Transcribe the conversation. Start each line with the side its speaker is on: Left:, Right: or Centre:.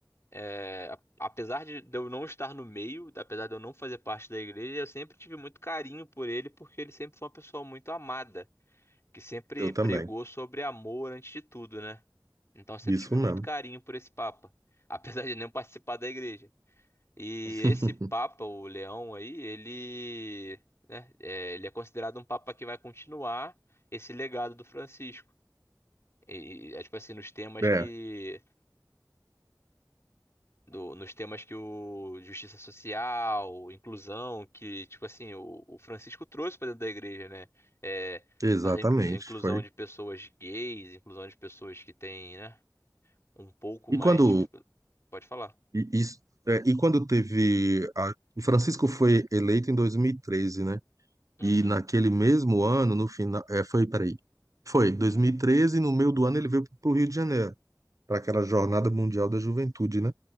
Left: é, a- apesar de de eu não estar no meio, apesar de eu não fazer parte da igreja, eu sempre tive muito carinho por ele, porque ele sempre foi uma pessoa muito amada, que sempre
Right: eu também,
Left: pregou sobre amor antes de tudo, né? Então eu sempre
Right: isso
Left: tive
Right: mesmo.
Left: muito carinho por esse Papa, <laughs> apesar de não participar da igreja. E
Right: <laughs>
Left: esse Papa, o Leão aí, ele, né, é, ele é considerado um Papa que vai continuar esse legado do Francisco. E, é tipo assim, nos temas
Right: É,
Left: que do- nos temas que o justiça social, inclusão, que tipo assim, o, o Francisco trouxe para dentro da igreja, né? É,
Right: exatamente,
Left: fazer inclu- inclusão
Right: foi
Left: de pessoas gays, inclusão de pessoas que têm, né, um pouco
Right: E
Left: mais
Right: quando
Left: de dificuldade. Pode falar.
Right: e, isso- é, e quando teve a, o Francisco foi eleito em 2013, né?
Left: Uhum.
Right: E naquele mesmo ano, no final, é, foi, peraí, foi 2013 no meio do ano ele veio para o Rio de Janeiro, para aquela Jornada Mundial da Juventude, né?